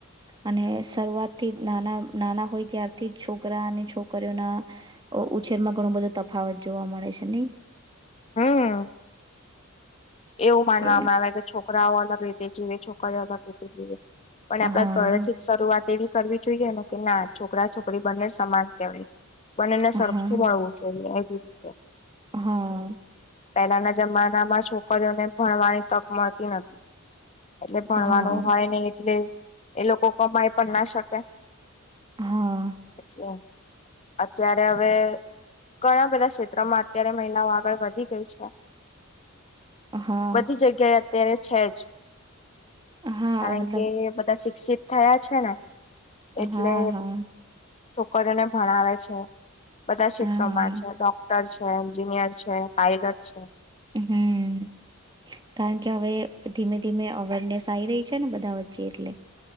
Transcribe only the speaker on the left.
હમ. એવું માનવામાં
આવે કે છોકરાઓ અલગ રીતે જીવે છોકરીઓ રીતે જીવે. પણ
આપડા ઘરે થી જ શરૂઆત એવી કરવી જોઈએ ને કે ના છોકરા છોકરી બંને સમાન કેહેવાય. બંને ને
સરખું મળવું જોઈએ. <inaudible>
પહેલાના જમાના માં છો કર્યોને ભણવાની તક મળતી નથી એટલે ભણવાનું
હોય ને એટલે એ લોકો કમાઈ પણ ના શકે
અચછા <inaudible> અત્યારે હવે ઘણા બધા ક્ષેત્રોમાં અત્યારે મહિલાઓ આગળ વધી ગઈ છે
બધી જગ્યાએ અત્યારે છે જ
કારણ
કે બધા શિક્ષિત થયા છે ને
એટલે
પર એને ભણાવે છે બધા ક્ષેત્રોમાં
છે ડોક્ટર છે છે એન્જિનિયર છે પાઇલટ છે